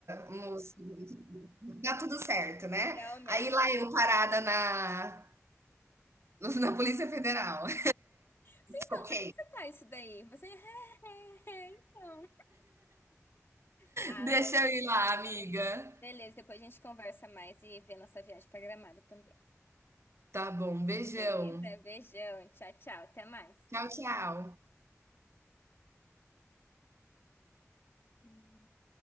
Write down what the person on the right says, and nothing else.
nos- dá tudo certo, né?
Aí lá eu parada na, na Polícia Federal. <laughs>
Ok.
Deixa
eu ir lá, amiga.
Tá bom, beijão.
Tchau, tchau.